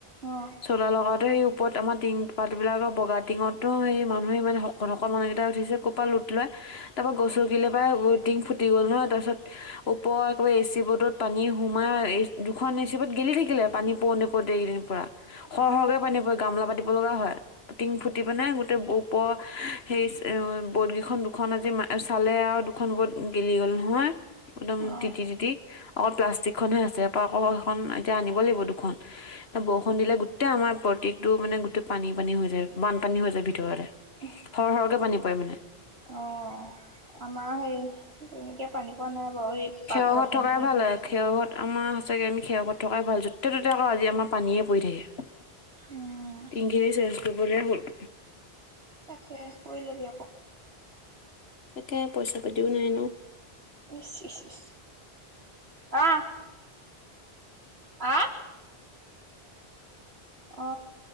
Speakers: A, on the right; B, on the left.
A: অ
B: চলা লগাতে সেই ওপৰত আমাৰ টিং পাতবিলাকৰ বগা টিঙতো সেই মানুহে মানে শকত শক মানুহকেইটা উঠিছে ক'ৰপৰা লুট লয়, ত ত গছ গ কিলে বা টিং ফুট টি গল নহয় তাৰপিচত ওপৰ একবাৰে এ চি বৰ্ডত পানী সোমাই এ দুখন এ চি বৰ্ডত গেলি থাকিলে। পানী প নপৌতেই ইকেইদিন পৰা সৰ
A: অ
B: সহকে পানী পৰে গামলা পাতি লগা হয় টিং ফুটি পিনে গোটই ওপ হেই বদকেইখন দুখন আজি আৰু চালে আৰু দুখন বত গেলি গ'ল নহয় একদম
A: অ
B: তিতি তিতি অকল প্লাষ্টিক খনহে আছে। সেইখন এতিয়া আনিব লাগিব দুখন, এয়া বৰষুণ দিলে গোটেই আমাৰ প্ৰটিটো মানে গোটেই পানী। পানী হৈ যায় বানপানী হৈ যায় ভিতৰতে।
A: আহ
B: সৰ সৰকে পানী পৰে মানে
A: আমাৰ হেই তেনেকে পানী পোৱা নাই। বাৰু এই পাকঘৰ
B: খেৱ ঘৰত
A: টিংখিনিতহে
B: থকাই ভাল হয়
A: পৰিছে
B: খেৱৰ ঘৰত আমাৰ স চাগে আমি খেৱত থকাই ভাল য'তে ত'তে আকৌ আজি আমাৰ পানীয়ে পৰি থাকে।
A: উম
B: তিংখিনি চেঞ্জ কৰিবলে হল।
A: তাকে কৰি লবি আকৌ।
B: তাকে পইচা পাতিও নাই ন।
A: ইছ ইচ ইছ আহ। আহ? অ